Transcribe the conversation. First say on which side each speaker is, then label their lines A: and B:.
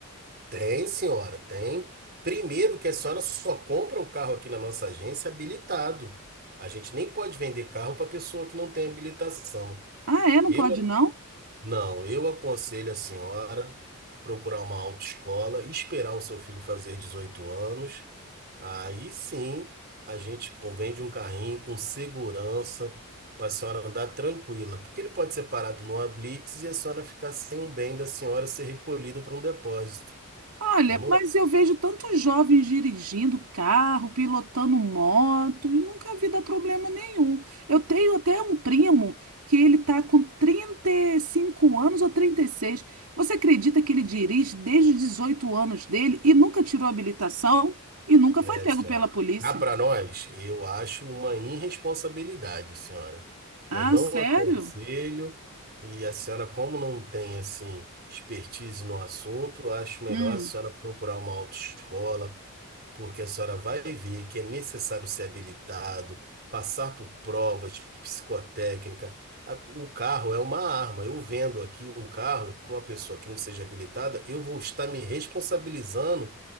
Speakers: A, on the right; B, on the right.
A: Tem, senhora, tem. Primeiro que a senhora só compra o carro aqui na nossa agência habilitado. A gente nem pode vender carro para pessoa que não tem habilitação.
B: Ah, é? Não
A: Eu
B: pode, não?
A: não, eu aconselho a senhora procurar uma autoescola, esperar o seu filho fazer 18 anos. Aí sim, a gente convende um carrinho com segurança para a senhora andar tranquila, porque ele pode ser parado numa blitz e a senhora ficar sem um bem da senhora ser recolhido para um depósito.
B: Olha,
A: Eu não
B: mas eu vejo tantos jovens dirigindo carro, pilotando moto, e nunca vi dar problema nenhum. Eu tenho até um primo que ele tá com 35 anos ou 36. Você acredita que ele dirige desde os 18 anos dele e nunca tirou a habilitação e nunca
A: É,
B: foi pego
A: senhora.
B: pela polícia?
A: Cá para nós, eu acho uma irresponsabilidade, senhora.
B: Ah,
A: Eu não
B: sério?
A: aconselho, e a senhora, como não tem, assim, expertise no assunto, eu acho melhor
B: Hum,
A: a senhora procurar uma autoescola, porque a senhora vai ver que é necessário ser habilitado, passar por provas de psicotécnica. A- O carro é uma arma. Eu vendo aqui um carro para uma pessoa que não seja habilitada, eu vou estar me responsabilizando